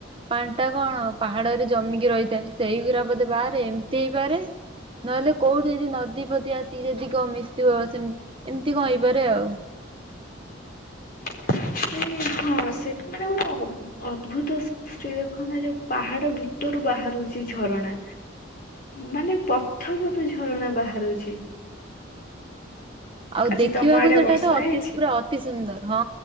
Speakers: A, on the right; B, on the left.
A: ପାଣି ଟା କଣ ପାହାଡରେ ଜମିକି ରହିଥାଏ ସେଇଗୁରା ବୋଧେ ବାହାରେ ଏମିତି ହେଇପାରେ। ନହେଲେ କୋଉଠି ଯଦି ନଦୀ ଫଦୀ ଆସିକି ଯଦି କଁ ମିିଶିଥିବ ସେମ ଏମିତି କଁ ହେଇପାରେ ଆଉ।
B: <unintelligible> ମାନେ ଗୋଟେ ଅବ ଅଦ୍ଭୁତ ସେ ସେ କଣ ନା ଯୋଉ ପାହାଡ ଭିତରୁ ବାହାରୁଛି ଝରଣା। ମାନେ ପଥରରୁ ଝରଣା ବାହାରୁଛି।
A: ଆଉ
B: ଆଜି
A: ଦେଖିବାକୁ
B: ତମ ଆଡେ
A: ସେଟା
B: ବର୍ଷା
A: ତ ଅତି
B: ହେଇଛି?
A: ପୁରା ଅତି ସୁନ୍ଦର ହଁ